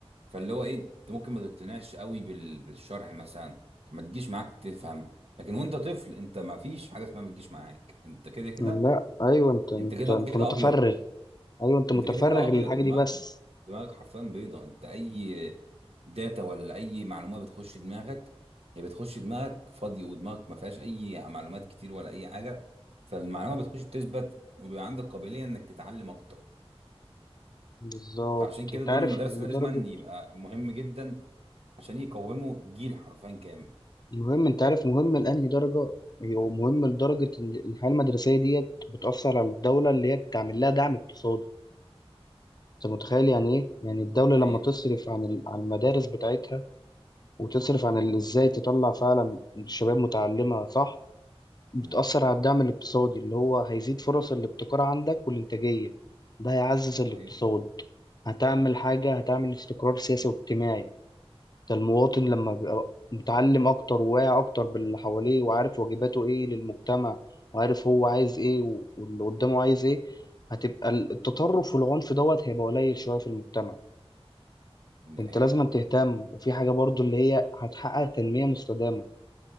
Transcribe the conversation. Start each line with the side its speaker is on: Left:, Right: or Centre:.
Right: فاللي هو ايه انت ممكن ما تقتنعش قوي بال... بالشرح مثلا ما تجيش معاك تفهم لكن وانت طفل انت ما فيش حاجه اسمها ما تجيش معاك انت كده كده
Left: لا ايوه انت انت
Right: انت كده
Left: انت
Right: كده
Left: متفرغ
Right: ابيض
Left: ايوه انت متفرغ
Right: انت كده كده ابيض
Left: للحاجه
Right: دماغك
Left: دي بس
Right: دماغك حرفيا بيضه انت اي داتا ولا اي معلومه بتخش دماغك هي بتخش دماغك فاضي ودماغك ما فيهاش اي معلومات كتير ولا اي حاجه فالمعلومه بتخش تثبت وبيبقى عندك قابليه انك تتعلم اكتر
Left: بالظبط
Right: فعشان كده
Left: انت
Right: دور
Left: عارف
Right: المدرسه
Left: لدرجه
Right: لازم يبقى مهم جدا عشان يقوموا جيل حرفيا كامل
Left: المهم انت عارف مهم لانهي درجه هو مهم لدرجه ان الحياه المدرسيه ديت بتاثر على الدوله اللي هي بتعمل لها دعم اقتصادي انت متخيل يعني ايه يعني الدوله
Right: ده حقيقي
Left: لما تصرف عن ال- عن المدارس بتاعتها وتصرف عن ال- ازاي تطلع فعلا الشباب متعلمه صح بتاثر
Right: امم
Left: على الدعم الاقتصادي اللي هو هيزيد فرص الابتكار عندك والانتاجيه ده هيعزز
Right: ده
Left: الاقتصاد
Right: حقيقي
Left: هتعمل حاجه هتعمل استقرار سياسي واجتماعي ده المواطن لما بيبقى متعلم أكتر وواعي أكتر باللي حواليه وعارف واجباته إيه للمجتمع وعارف هو عايز إيه و- واللي قدامه عايز إيه هتبقى ال- التطرف والعنف دوت هيبقى قليل شوية في المجتمع
Right: ده
Left: أنت
Right: حقيقي
Left: لازم تهتم وفي حاجة برضو اللي هي هتحقق تنمية مستدامة